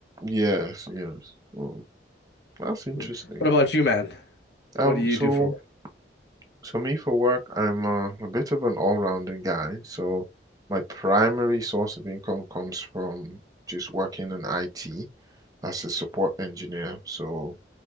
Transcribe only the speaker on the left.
What about you, man?
What do you
do for work?